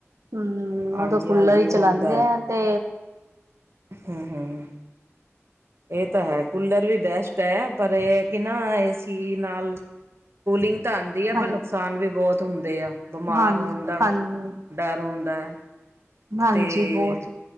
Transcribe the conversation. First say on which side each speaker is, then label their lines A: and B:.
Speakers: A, on the right; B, on the right.
A: ਹੂੰ
B: ਹਾਂਜੀ
A: ਉਦੋਂ ਕੂਲਰ
B: ਹਾਂਜੀ
A: ਈ
B: ਹੁੰਦਾ
A: ਚਲਾਂਦੇ ਐ ਤੇ
B: ਹੂੰ ਹੂੰ ਇਹ ਤਾਂ ਹੈ ਕੂਲਰ ਵੀ ਬੈਸ ਐ ਪਰ ਇਹ ਕਿ ਨਾ ਏ ਸੀ ਨਾਲ ਕੂਲਿੰਗ ਤਾਂ ਆਂਦੀ ਐ
A: ਹਾਂ
B: ਪਰ ਨੁਕਸ ਨੁਕਸਾਨ ਵੀ ਬਹੁਤ ਹੁੰਦੇ ਆ ਬਿਮਾਰ
A: ਹਾਂ
B: ਹੋਣ ਦਾ
A: ਹਾਂਜੀ
B: ਡਰ ਹੁੰਦਾ ਐ
A: ਹਾਂਜੀ
B: ਤੇ
A: ਬਹੁਤ